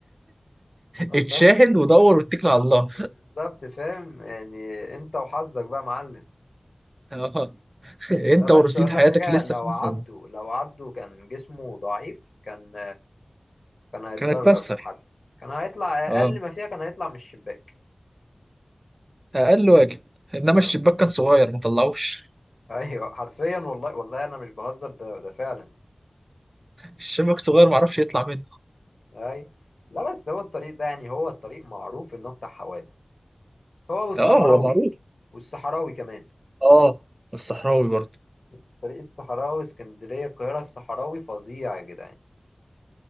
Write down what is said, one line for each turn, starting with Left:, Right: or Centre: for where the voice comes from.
Left: الله
Right: اتشاهد ودور واتكل على الله
Left: <laughs> بالظبط فاهم يعني انت وحظك بقى يا معلم
Right: اه <laughs> انت
Left: لا بس
Right: ورصيد
Left: اقول
Right: حياتك
Left: لك حاجة
Right: لسه
Left: لو
Right: في الفيلم
Left: عبده لو عبده كان جسمه ضعيف كان كان هيتضرر
Right: كانت تكسر
Left: في الحادثة كان هيطلع اقل
Right: اه
Left: ما فيها كان هيطلع من الشباك
Right: اقل واجب انما
Left: آه.
Right: الشباك كان صغير ما طلعوش
Left: ايوه حرفيا والله والله انا مش بهزر ده ده فعلا
Right: الشباك صغير ما عرفش يطلع منه
Left: اي لا بس هو الطريق ده يعني هو الطريق معروف انه بتاع حوادث هو والصحراوي
Right: اه هو معروف
Left: والصحراوي كمان
Right: اه الصحراوي برضه
Left: بس طريق الصحراوي اسكندرية القاهرة الصحراوي فظيع يا جدعان